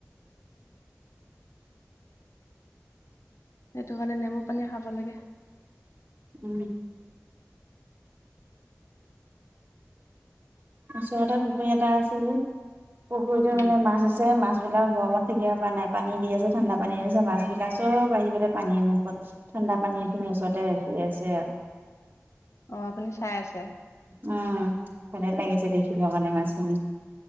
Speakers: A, on the left; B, on the right.
A: সেইটো কাৰণে নেমু পানী খাব লাগে।
B: উম। ওচৰতে পুখুৰী এটা আছে যে, পুখুৰীতো
A: উম
B: মানে মাছ আছে মাছ মাছবিলাক গৰমত থাকিব পৰা নাই পানী দি আছে ঠাণ্ডা পানী আছে মাছ বিলাক সব আহি পেলাই পানীৰ মুখত ঠাণ্ডা পানী এখিনি ওচৰতে ৰখি আছে আও।
A: অ আপুনি চাই আছে?
B: উম ভালে লাগিছে দেখিব কাৰণে মাছখিনি।